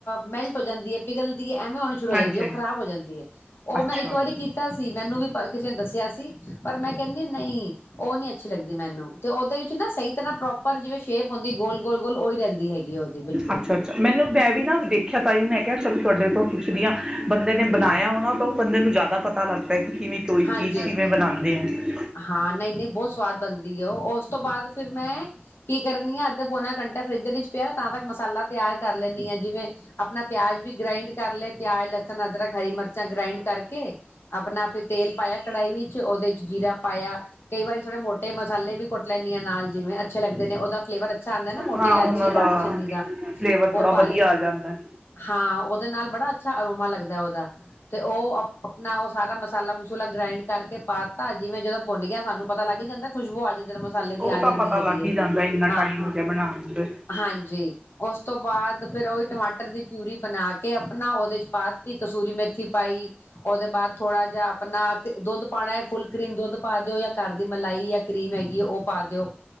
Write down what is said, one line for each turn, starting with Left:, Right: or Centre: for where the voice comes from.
Left: ਮੈਲਟ ਹੋ ਜਾਂਦੀ ਹੈ ਪਿਘਲਦੀ ਹੈ ਐਵੇਂ ਆਉਣੀ ਸ਼ੁਰੂ ਹੋ
Right: ਹਾਂਜੀ
Left: ਜਾਂਦੀ ਹੈ
Right: ਹਾਂਜੀ
Left: ਉਹ ਖ਼ਰਾਬ ਹੋ ਜਾਂਦੀ ਹੈ ਉਹ
Right: ਅੱਛਾ।
Left: ਮੈਂ ਇੱਕ ਵਾਰੀ ਕੀਤਾ ਸੀ ਮੈਨੂੰ ਵੀ ਕਿਸੇ ਨੇ ਦੱਸਿਆ ਸੀ ਪਰ ਮੈਂ ਕਹਿੰਦੀ ਹ ਨਹੀਂ ਉਹ ਨੀ ਅੱਛੀ ਲੱਗਦੀ ਮੈਨੂੰ ਤੇ ਉਹਦੇ ਸਹੀ ਤਰ੍ਹਾਂ ਪ੍ਰੋਪਰ ਜਿਵੇਂ ਸ਼ੇਪ ਹੁੰਦੀ ਗੋਲ ਗੋਲ ਗੋਲ ਉਹੀ ਰਹਿੰਦੀ ਹੈਗੀ ਉਹਦੀ ਬਿਲਕੁਲ
Right: ਅੱਛਾ ਅੱਛਾ ਮੈਨੂੰ ਮੈਂ ਵੀ ਨਾ ਦੇਖਿਆ ਤਾਈ ਮੈਂ ਕ ਕਿਹਾ ਚੱਲ ਤੁਹਾਡੇ ਤੋਂ ਪੁਛ ਦੀ ਬੰਦੇ ਨੇ ਬਣਾਇਆ
Left: ਹਾਂ
Right: ਉਹਨਾਂ ਤੋਂ ਉਹ ਬੰਦੇ ਨੂੰ ਜ਼ਿਆਦਾ ਪਤਾ ਲੱਗਦਾ ਪ ਕਿ ਕਿਵੇਂ ਕੋਈ
Left: ਹਾਂਜੀ
Right: ਚੀਜ਼ ਕਿਵੇਂ ਬਣਾਉਣੀ ਅਤੇ
Left: ਹਾਂ ਨਹੀਂ ਨਹੀਂ ਬਹੁਤ ਸਵਾਦ ਬਣਦੀ ਹੈ ਉਹ ਉਸ ਤੋਂ ਬਾਅਦ ਫਿਰ ਮੈਂ ਕੀ ਕਰਨੀ ਹ ਅੱਧ ਪੌਨਾ ਘੰਟਾ ਫਰਿੱਜ ਵਿੱਚ ਪਿਆ ਤਾਂ ਤੱਕ ਮਸਾਲਾ ਤਿਆਰ ਕਰ ਲੈਂਦੀ ਹਾਂ ਜਿਵੇਂ ਆਪਣਾ ਪਿਆਜ ਵੀ ਗ੍ਰਾਇੰਡ ਕਰ ਲਏ ਪਿਆਜ ਲਸਣ ਅਦਰਕ ਹਰੀ ਮਿਰਚਾਂ ਗ੍ਰਾਇੰਡ ਕਰਕੇ ਆਪਣਾ ਫਿਰ ਤੇਲ ਪਾਇਆ ਕੜਾਹੀ ਵਿੱਚ ਉਹਦੇ ਚ ਜੀਰਾ ਪਾਇਆ ਕਈ ਵਾਰੀ ਥੋੜੇ ਮੋਟੇ ਮਸਾਲੇ ਵੀ ਕੁੱਟ ਲੈਂਦੀ ਆ ਨਾਲ ਜਿਵੇਂ ਅੱਛੇ ਲੱਗਦੇ ਨੇ ਉਹਦਾ ਫਲੇਵਰ ਅੱਛਾ ਆਉਂਦਾ ਨਾ ਮੋਟੀ
Right: ਹਾਂ
Left: ਇਲਾਚੀ
Right: ਉਹਨਾਂ ਦਾ
Left: ਦਾਲਚੀਨੀ ਦਾ
Right: ਫਲੇਵਰ
Left: ਉਹ
Right: ਥੋੜਾ ਵਧੀਆ
Left: ਪਾ ਲਿਆ
Right: ਆ ਜਾਂਦਾ ਹੈ
Left: ਹਾਂ ਉਹਦੇ ਨਾਲ ਬੜਾ ਅੱਛਾ ਅਰੋਮਾ ਲੱਗਦਾ ਉਹਦਾ ਤੇ ਉਹ ਆਪਣਾ ਉਹ ਸਾਰਾ ਮਸਾਲਾ ਮਸੂਲਾ ਗ੍ਰਾਇੰਡ ਕਰਕੇ ਪਾਤਾਾ ਜਦੋਂ ਭੁੰੱਲ ਗਿਆ ਸਾਨੂੰ ਪਤਾ ਲੱਗ ਜਾਂ ਖੁਬੂ ਜ ਮਸਾਲੇ
Right: ਪਤਾ
Left: ਦੀ
Right: ਲੱਗ ਜਾਂਦਾ ਖੁਸ਼ਬੂ ਆਉਂਦੀ ਹੈ। ਉਹ
Left: ਆ
Right: ਤਾਂ
Left: ਜਾਂਦੀ
Right: ਪਤਾ
Left: ਹੈਗੀ
Right: ਲੱਗ
Left: ਹੈ
Right: ਹੀ ਜਾਂਦਾ ਇੰਨਾ
Left: ਹਾਂ
Right: ਟਾਈਮ ਬਣਾਉਣ ਨੂੰ ਤੇ।
Left: ਹਾਂਜੀ ਉਸ ਤੋਂ ਬਾਅਦ ਫੇਿਰ ਉਹੀ ਟਮਾਟਰ ਦੀ ਪਿਊਰੀ ਬਣਾ ਕੇ ਕੇ ਆਪਣਾ ਉਹਦੇ ਚ ਪਾਤੀ ਕਸੂਰੀ ਮੇਥੀ ਪਾਈ ਉਹਦੇ ਬਾਅਦ ਥੋੜਾ ਜਿਹਾ ਆਪਣਾ ਦੁੱਧ ਪਾਉਣਾ ਫੁਲ ਕਰੀਮ ਦੁੱਧ ਪਾ ਦਿਓ ਜਾਂ ਘਰ ਦੀ ਮਲਾਈ ਜਾਂ ਕਰੀਮ ਹੈਗੀ ਉਹ ਪਾ ਦਿਓ